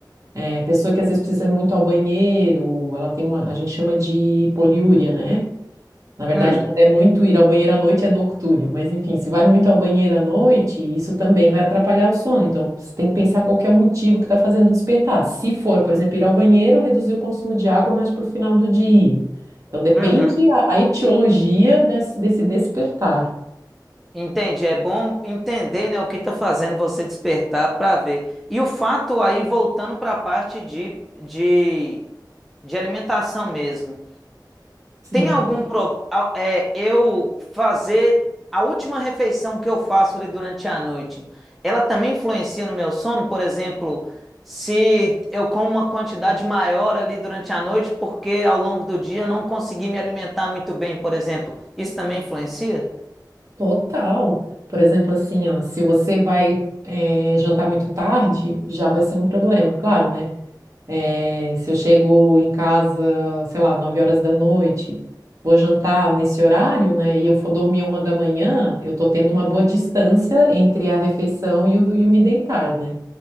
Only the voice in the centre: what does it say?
Hum,
uhum.
Entendi. É bom entender, né, o que está fazendo você despertar para ver. E o fato aí, voltando para a parte de, de, de alimentação mesmo.
Tem algum pro, a- é, eu fazer a última refeição que eu faço ali durante a noite, ela também influencia no meu sono? Por exemplo, se eu como uma quantidade maior ali durante a noite, porque ao longo do dia eu não consegui me alimentar muito bem, por exemplo, isso também influencia?